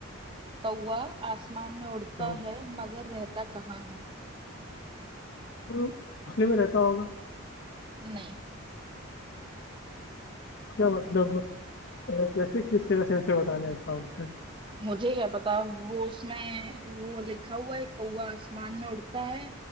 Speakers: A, on the right (about 25°); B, on the left (about 50°).
A: कौवा आसमान में उड़ता
B: हाँ
A: है मगर रहता कहाँ है
B: तो घोंसले में रहता होगा
A: नहीं
B: तो क्या मतलब अ, कैसे किस तरह सेंस से बताना है इसका आंसर
A: मुझे क्या पता वो उसमें वो लिखा हुआ है कौवा आसमान में उड़ता है